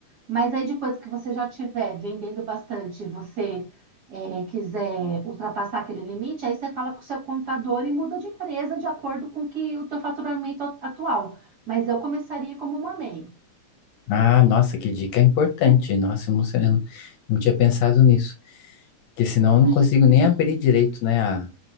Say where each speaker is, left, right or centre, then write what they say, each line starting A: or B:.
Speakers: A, on the right; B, on the left.
A: mas aí depois que você já tiver vendendo bastante, e você é, quiser ultrapassar aquele limite, aí você fala com o seu contador e muda de empresa de acordo com que o teu faturamento at- atual. Mas eu começaria como uma MEI.
B: Ah, nossa, que dica importante. Nossa, eu não sei, eu não, não tinha pensado nisso. Porque senão eu não
A: Aí.
B: consigo nem abrir direito, né, a,